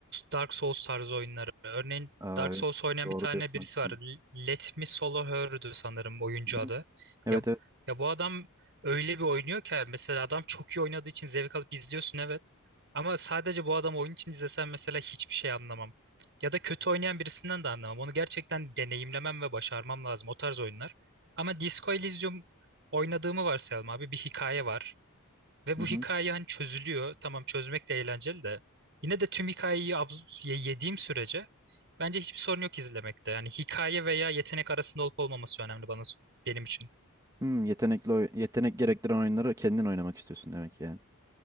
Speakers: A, on the right; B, on the right.
A: Dark Souls tarzı oyunları. Örneğin
B: Aa
A: Dark
B: evet.
A: Souls oynayan
B: Doğru
A: bir tane
B: diyorsun
A: birisi
B: aslında.
A: var. L- Let Me Solo Her'dü sanırım oyuncu
B: Hı-hı.
A: adı.
B: Evet
A: Ya,
B: evet.
A: ya bu adam öyle bir oynuyor ki mesela adam çok iyi oynadığı için zevk alıp izliyorsun evet. Ama sadece bu adam oyun için izlesen mesela hiçbir şey anlamam. Ya da kötü oynayan birisinden de anlamam. Onu gerçekten deneyimlemem ve başarmam lazım o tarz oyunlar. Ama Disco Elysium oynadığımı varsayalım abi. Bir hikaye var. Ve
B: Hı-hı.
A: bu hikaye hani çözülüyor. Tamam çözmek de eğlenceli de. Yine de tüm hikayeyi abz- ye- yediğim sürece bence hiçbir sorun yok izlemekte. Yani hikaye veya yetenek arasında olup olmaması önemli bana benim için.
B: Hmm, yetenekli oy- yetenek gerektiren oyunları kendin oynamak istiyorsun demek yani.